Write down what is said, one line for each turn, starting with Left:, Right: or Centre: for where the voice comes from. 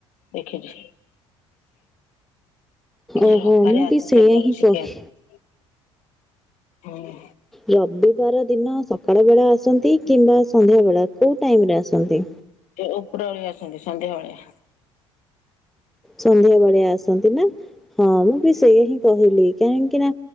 Left: ଦେଖିଛି, ରବାରିଆ
Centre: ଓହୋ ମୁଁ
Left: ଆସନ୍ତି
Centre: ବି ସେଇୟା
Left: ଜିମ୍
Centre: ହିଁ
Left: ସିକିବାକୁ
Centre: କହି
Left: ହଁ।
Centre: ରବିବାର ଦିନ ସକାଳ ବେଳା ଆସନ୍ତି କିମ୍ବା ସନ୍ଧ୍ୟାବେଳ କୋଉ ଟାଇମରେ ଆସନ୍ତି?
Left: ଓପର ଓଳି ଆସନ୍ତି ସନ୍ଧ୍ୟାବେଳିଆ।
Centre: ସନ୍ଧ୍ୟା ବେଳିଆ ଆସନ୍ତି ନା ହଁ ମୁଁ ବି ସେୟା ହିଁ କହିଲି କାହିଁକି ନା